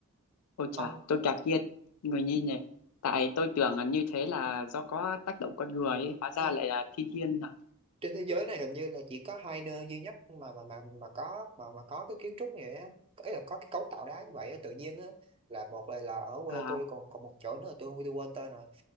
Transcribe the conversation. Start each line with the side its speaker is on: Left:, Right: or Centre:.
Left: ôi chà
Right: ông
Left: tôi ngạc nhiên người như nhỉ tại tôi tưởng là như thế là do có tác động con người ấy. hóa ra
Right: không
Left: lại là thiên nhiên à,
Right: trên thế giới này hình như là chỉ có hai nơi duy nhất mà mà mà mà có mà mà có cái kiến trúc như vậy á Có- là có cái cấu tạo đá như vậy á, tự nhiên á là một là là ở quê
Left: à
Right: tôi còn còn một chỗ nữa là tôi tôi quên tên rồi